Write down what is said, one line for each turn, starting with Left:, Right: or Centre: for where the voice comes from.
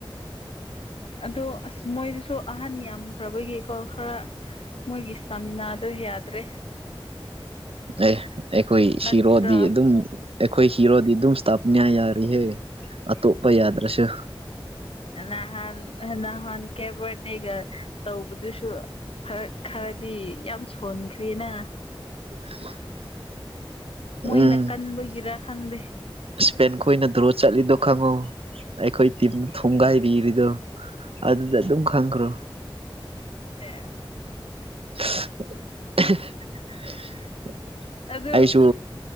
Left: ꯑꯗꯣ ꯑꯁ ꯃꯣꯏꯗꯨꯁꯨ ꯑꯍꯟ ꯌꯥꯝꯈ꯭ꯔꯕꯒꯤꯀꯣ ꯈꯔ ꯃꯣꯏꯒꯤ ꯏꯁꯇꯥꯃꯤꯅꯥꯗꯣ ꯌꯥꯗ꯭ꯔꯦ
Right: ꯑꯦ ꯑꯩꯈꯣꯏ
Left: ꯅꯠꯇ꯭ꯔꯣ
Right: ꯁꯤꯔꯣꯗꯤ ꯑꯗꯨꯝ ꯑꯩꯈꯣꯏ ꯀꯤꯔꯣꯗꯤ ꯑꯗꯨꯝ ꯏꯁꯇꯥꯞꯅꯤꯌꯥ ꯌꯥꯔꯤꯍꯦ ꯑꯇꯣꯞꯄ ꯌꯥꯗ꯭ꯔꯁꯨ
Left: ꯅꯍꯥꯟ ꯅꯍꯥꯟ ꯀꯦꯕꯅꯦꯒ ꯇꯧꯕꯗꯨꯁꯨ ꯐꯔ ꯈꯔꯗꯤ ꯌꯥꯝ ꯁꯣꯟꯈ꯭ꯔꯦꯅ
Right: <unintelligible>
Left: ꯃꯣꯏꯅ
Right: ꯎꯝ
Left: ꯀꯟꯕꯒꯤꯔ ꯈꯪꯗꯦ
Right: ꯏꯁꯄꯦꯟ ꯈꯅ ꯗ꯭ꯔꯣ ꯆꯠꯂꯤꯗꯣ ꯈꯪꯉꯨ ꯑꯩꯈꯣꯏ ꯇꯤꯝꯅ ꯊꯣꯡꯒꯥꯏꯕꯤꯔꯤꯗꯨꯣ ꯑꯗꯨꯗ ꯑꯗꯨꯝ ꯈꯪꯈ꯭ꯔꯣ
Left: ꯑꯦꯦ
Right: <inaudible>
Left: ꯑꯗꯨ
Right: ꯑꯩꯁꯨ